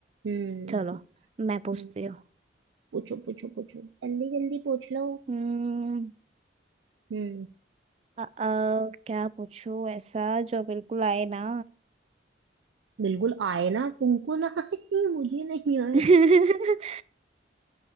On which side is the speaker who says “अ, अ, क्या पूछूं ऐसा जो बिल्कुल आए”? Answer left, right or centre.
Right